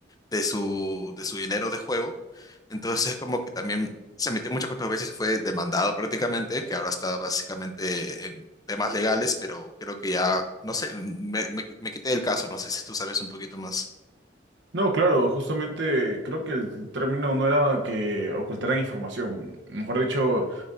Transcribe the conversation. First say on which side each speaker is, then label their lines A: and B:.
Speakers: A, on the left; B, on the right.
A: de su, de su dinero de juego. Entonces, es como que también se metió muchas controversia y fue demandado prácticamente, que ahora está básicamente en temas legales, pero creo que ya, no sé, me, me, me quité del caso, no sé si tú sabes un poquito más.
B: No, claro, justamente creo que el término no era que ocultaran información. Mejor dicho.